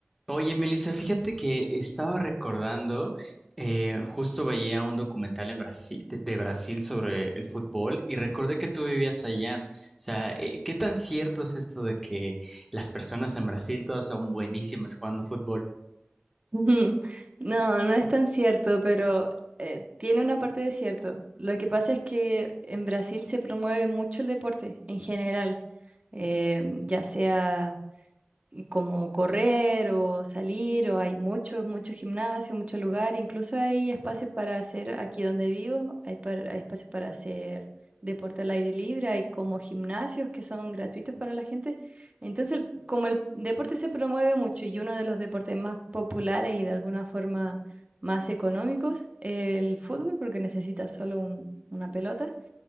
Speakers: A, in the centre; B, on the right.
A: Oye, Melissa, fíjate que estaba recordando, eh, justo veía un documental en Brasil, de, de Brasil sobre el fútbol y recordé que tú vivías allá. O sea, eh, ¿qué tan cierto es esto de que las personas en Brasil todas son buenísimas jugando fútbol?
B: <laughs> Ujú. No, no es tan cierto, pero eh, tiene una parte de cierto. Lo que pasa es que en Brasil se promueve mucho el deporte en general, eh, ya sea como correr o salir, o hay muchos, muchos gimnasios, muchos lugares, incluso hay espacios para hacer, aquí donde vivo, hay, par- hay espacios para hacer deporte al aire libre, hay como gimnasios que son gratuitos para la gente. Entonces, el- como el deporte se promueve mucho y uno de los deportes más populares y de alguna forma más económicos, el fútbol, porque necesitas solo un- una pelota